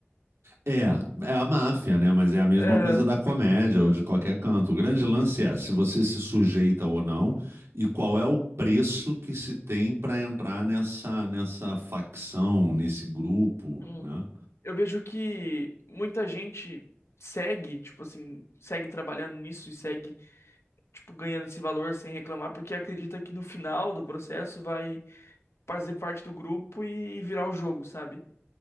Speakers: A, on the right; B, on the left.
A: É, é a máfia, né? Mas é a mesma
B: É,
A: coisa da comédia ou de qualquer canto. O grande lance é se você se sujeita ou não e qual é o preço que se tem para entrar nessa, nessa facção, nesse grupo,
B: Uhum.
A: né?
B: eu vejo que muita gente segue, tipo assim, segue trabalhando nisso e segue, tipo, ganhando esse valor sem reclamar, porque acredita que no final do processo vai fazer parte do grupo e virar o jogo, sabe?